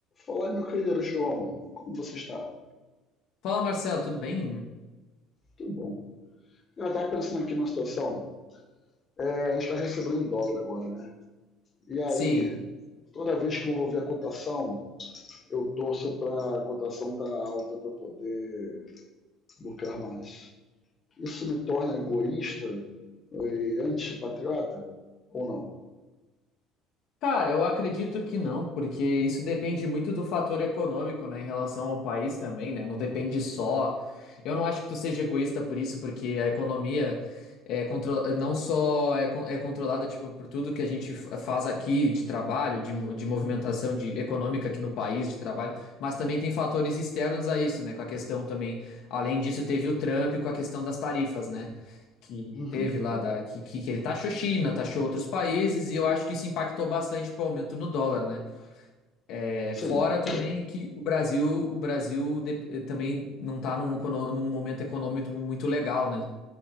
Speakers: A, on the left (about 35°); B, on the left (about 60°).
A: Fala aí, meu querido João, como você está?
B: Fala, Marcelo, tudo bem?
A: Tudo bom. Eu estava pensando aqui numa situação, é, a gente está recebendo em dólar agora, né? E aí,
B: Sim.
A: toda vez que eu vou ver a cotação, eu torço para a cotação estar alta para eu poder lucrar mais. Isso me torna egoísta e antipatriota ou não?
B: Cara, eu acredito que não, porque isso depende muito do fator econômico, né, em relação ao país também, né? Não depende só. Eu não acho que tu seja egoísta por isso, porque a economia é contro... não só é, con- é controlada, tipo, por tudo que a gente fa- faz aqui de trabalho, de, mo- de movimentação de econômica aqui no país, de trabalho, mas também tem fatores externos a isso, né? Com a questão também, além disso, teve o Trump com a questão das tarifas, né? que
A: Uhum.
B: teve lá da que, que, que ele taxou China, taxou outros países e eu acho que isso impactou bastante pro aumento no dólar, né? É,
A: Sim,
B: fora também que o Brasil, o Brasil de- eh, também não tá num, econo- num momento econômico muito legal, né?